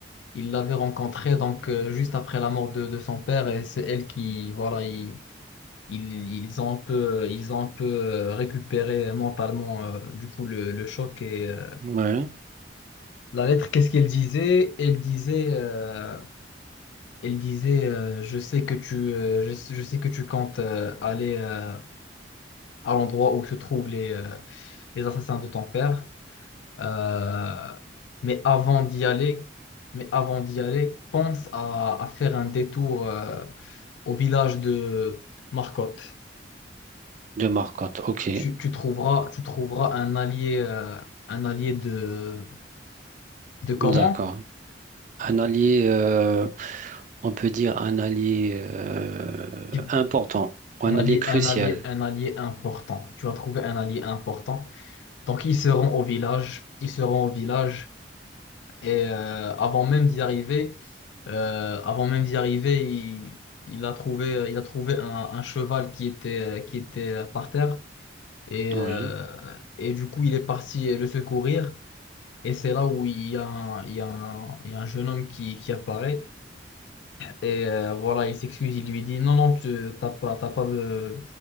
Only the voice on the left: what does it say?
il l'avait rencontrée donc, euh, juste après la mort de, de son père et c'est elle qui, voilà, il- ils, ils ont un peu, ils ont un peu euh, récupéré mentalement euh, du coup le, le choc et euh,
la lettre, qu'est-ce qu'elle disait? Elle disait, euh, elle disait, euh, je sais que tu, euh, je, sais je sais que tu comptes euh, aller euh, à l'endroit où se trouvent les, euh, les assassins de ton père, Euh, mais avant d'y aller, mais avant d'y aller, pense à, à faire un détour euh, au village de Marcotte.
tu, tu trouveras, tu trouveras un allié, euh, un allié de, de comment?
Qui-
Un
allié,
un allié, un allié important. Tu vas trouver un allié important. Donc, ils seront au village. Ils seront au village. Et euh, avant même d'y arriver, euh, avant même d'y arriver, il, il a trouvé, il a trouvé un, un cheval qui était, euh, qui était euh, par terre. Et,
euh, et du coup, il est parti le secourir. Et c'est là où il y a un, il y a un, il y a un jeune homme qui, qui apparaît. Et euh, voilà, il s'excuse, il lui dit, non, non, tu t'as pas, t'as pas, euh,